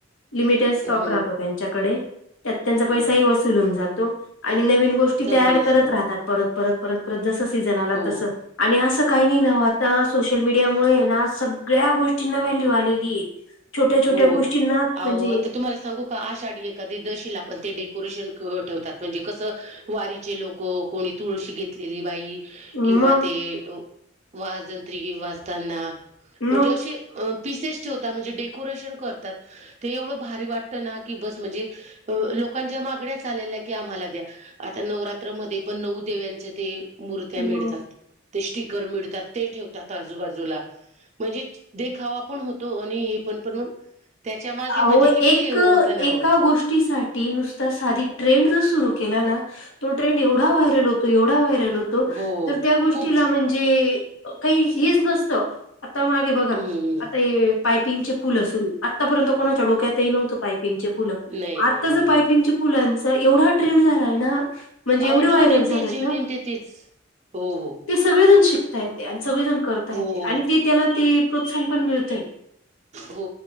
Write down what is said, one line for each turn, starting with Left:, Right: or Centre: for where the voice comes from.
Left: लिमिटेड स्टॉक
Right: ह
Left: राहतो त्यांच्याकडे त्या त्यांचा पैसाही
Right: बरोबर
Left: वसू लून जातो आणि नवीन गोष्टी
Right: सगळं
Left: ऍड
Right: वस्तू
Left: करत राहतात परत परत परत. जस सीझन आला
Right: हो
Left: तसं आणि असं काही नाही नाव आता सोशल मीडियामुळे ना स सगळ्या गोष्टींना व्हॅल्यू आलेली आहे. छोट्या छोट्या
Right: हो
Left: गोष्टींना
Right: आव
Left: म्हणजे
Right: आता तुम्हाला सांगू का का आषाढी एखादी दशीला पण ते डेकोरेशन क ठेवतात म्हणजे कसं वारीचे लोक हो कोणी तुळशी घेतलेली बाई
Left: मग
Right: किंवा ते अ वाजंत्री वाताना
Left: मग
Right: म्हणजे असे अ पसेस होता म्हणजे डेको डेकोरेशन करतात ते एवढं भारी वाटतं ना की बस म्हणजे अ लोकांच्या मागण्या आलेल्या की आम्हाला द्या. आता नवरात्रमध्ये पण नऊ देव्यांच्या ते मूर्त्या मिळतात.
Left: मग
Right: ते स्टिकर मिळतात ते ठेवतात आजूबाजूला म्हणजे देखावा पण होतो आणि पण मग. त्याच्या मागे
Left: आव
Right: म्हणजे किती
Left: एक
Right: होतं ना हो
Left: एका गोष्टीसाठी. ठी नुसता साधी ट्रेंड जर सुरु केला ना तो ट्रेंड एवढ एवढा व्हायरल होतो एवढा व्हायरल होतो
Right: हो
Left: तर त्या गोष्टीला
Right: खूप
Left: म्हणजे काही हेच नसतं आता मागे बघा
Right: हम्म
Left: आता हे पायपिंगचे फूल असून आतापर्यंत कोणाच्या डोक्यातही नव्हत पायपिंगचे पुलं
Right: नाही नाही
Left: आता
Right: नाही
Left: ज
Right: नाही
Left: पायपिंगचे फलांचा एवढा ट्रेंन झालाय ना. म्हणजे
Right: पाह
Left: एवढे
Right: जऊन
Left: व्हायरल
Right: येन
Left: झालेत
Right: तेच जेऊन
Left: ना
Right: येन ते तेच हो हो <unintelligible>
Left: ते सगळेजण शिकता येते आणि सगळेजण करता
Right: हो
Left: येते आणि ते त्याला ते प्रोत्साहन पण मिळतय.
Right: हो